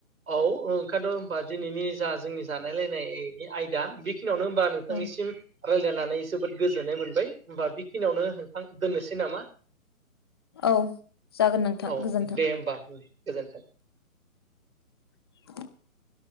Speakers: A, on the right; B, on the left.
A: औ ओंखायथ होबा दिनैनि जा जोंनि जानाय लायनाय आयदा बे बेखिनियावनो होनोमबा नोंथांनिसिम
B: औ
A: रायज्लायनानै जोबोद गोजोननाय मोनबाय होमबा बेखिनियावनो नोंथां दोननोसै नामा?
B: औ जागोन नोंथां
A: औ
B: गोजोन्थों।
A: दे होमबा गोजोन्थों।
B: <inaudible>